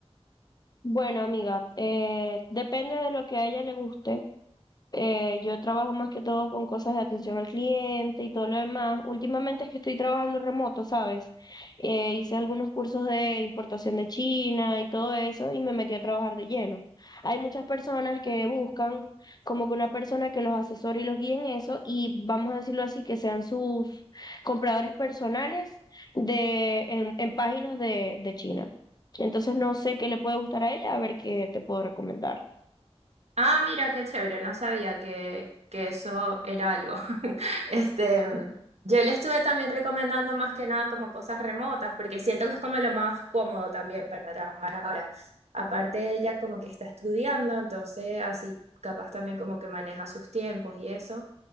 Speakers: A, on the left; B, on the right.
A: Bueno amiga, eh, depende de lo que a ella le guste. Eh, yo trabajo más que todo con cosas de atención al cliente y todo lo demás. Últimamente es que estoy trabajando remoto, ¿sabes? Eh, hice algunos cursos de importación de China y todo eso y me metí a trabajar de lleno. Hay muchas personas que buscan como que una persona que los asesore y los guíe en eso y vamos a decirlo así, que sean sus compradores personales de, en, en páginas de, de China. Entonces no sé qué le puede gustar a ella, a ver qué te puedo recomendar.
B: Ah, mira, qué chévere, no sabía que, que eso era algo. <laughs> Este, mm, yo le estuve también recomendando más que nada como cosas remotas, porque siento que es como lo más cómodo también para trabajar ahora. Aparte, ella como que está estudiando, entonces así capaz también como que maneja sus tiempos y eso.